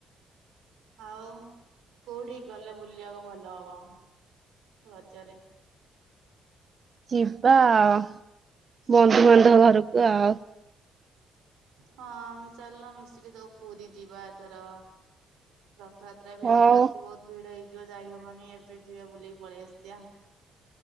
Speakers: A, on the right; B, on the right.
A: ଆଉ କୋଉଠିକି ଗଲେ ବୁଲିବାକୁ ଭଲ ହବ? ରଜରେ।
B: ଯିବା ଆଉ ବନ୍ଧୁବାନ୍ଧବ ଘରକୁ ଆଉ।
A: ହଁ, ଆମେ ଚାଲୁନ ମିଶିକି ସବୁ ପୁରୀ ଯିବା ଏଥର। ରଥଯାତ୍ରା ବି
B: ହଉ
A: ଆଗକୁ ଆସିବ ଭିଡ ହେଇଯିବ ଯାଇହବନି ଏବେ ଯିବାେ ବୁଲିକି ପଳେଇ ଆସିବା।